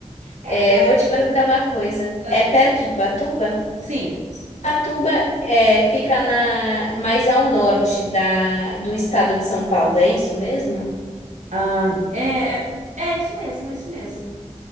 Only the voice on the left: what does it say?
é,
eu vou te perguntar uma coisa.
É perto de Ubatuba?
Ubatuba é, fica na, mais ao norte da, do estado de São Paulo, é isso mesmo?